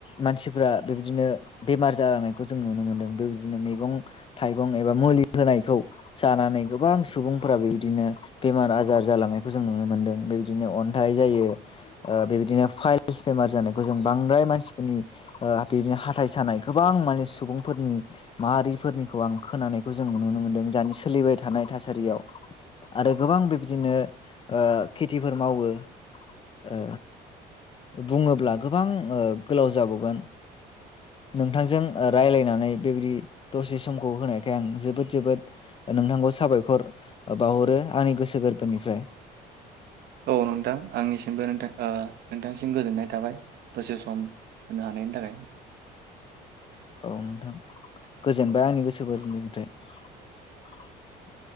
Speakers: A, on the left; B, on the right.
A: मानसिफ्रा बेबायदिनो बेमार जालांनायखौ जों नुनो मोनदों बेबायदिनो मैगं थाइगं एबा मुलि होनायखौ जानानै गोबां सुबुं फोर बेबायदिनो बेमार आजार जालांनायखौ जों नुनो मोन्दों बेबायदिनो अन्थाइ जायो ओ बेबायदिनो फाइलस बेमार जानायखौ जों बांद्राय मानसिफोरनि ओ बिदिनो हाथाइ सानाय गोबां माने सुबुंफोरनि माहारिफोरनिखौ आं खोनानायखौ जों नुनो मोनदों दानि सोलिबाय थानाय थासारियाव आरो गोबां बिबदिनो खेथिफोर मावो ओ बुङोब्ला गोबां गोलाव जाबावगोन, नोंथांजों राय्लायनानै बेबायदि दसे समखौ होनायखाय आं जोबोद जोबोद नोंथांखौ साबायखर बाहरो आंनि गोसो गोरबोनिफ्राय।
B: औ नोंथां आंनिसिमबो नोंथां। बिथां सिम गोजोननाय थाबाय दसे सम होनो हानायनि थाखाय।
A: औ नोंथां गोजोनबाय आंनि गोसो गोरबोनिफ्राय। <unintelligible>